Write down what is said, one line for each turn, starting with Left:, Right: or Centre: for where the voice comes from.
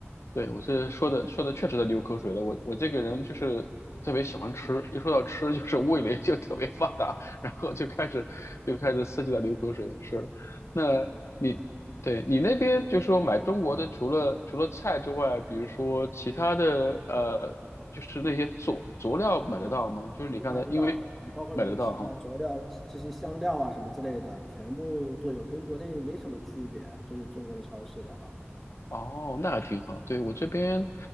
Left: 对，我这说的说的确实在流口水了。我我这个人就是特别喜欢吃，一说到吃就是 <laughs> 味蕾就特别发达，然后就开始就开始刺激的流口水。是，那你对你那边就是说买中国的，
Centre: 那挺好的，
Left: 除了除了菜之外，比如说其他的呃，就是那些佐佐料买得到吗？就是你刚才因为
Centre: 都买得到。你包括零食啊、
Left: 买得到哈，
Centre: 佐料这些香料啊什么之类的，全部都有，跟国内没什么区别。就是中国的超市的话，
Left: 哦，那还挺好。对，我这边